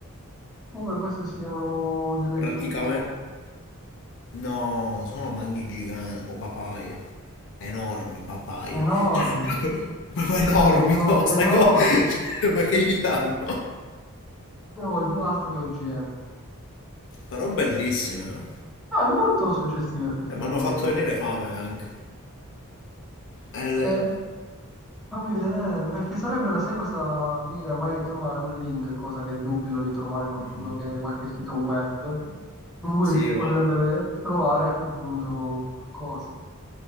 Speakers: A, in the centre; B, on the left.
A: Come queste siano delle
B: praticamente...
A: zucche
B: No, sono manghi giganti o papaie, enormi papaie.
A: enormi,
B: <laughs> Cioè, proprio enormi
A: credo
B: sono queste
A: enormi,
B: cose, <laughs> Cioè, ma che gli danno?
A: o- altro che OGM.
B: Però bellissime, no?
A: No, è molto suggestivo effettivamente.
B: Eh, mi hanno fatto
A: com-
B: venire fame anche. E le-
A: Eh, fammi vedere, perché sarebbero, sai cosa figa, magari trovare un link, cosa che dubito di trovare qualcuno
B: Mm.
A: che qualche sito web, in cui
B: Sì,
A: si
B: ma...
A: potrebbe ve- trovare a quel punto cose.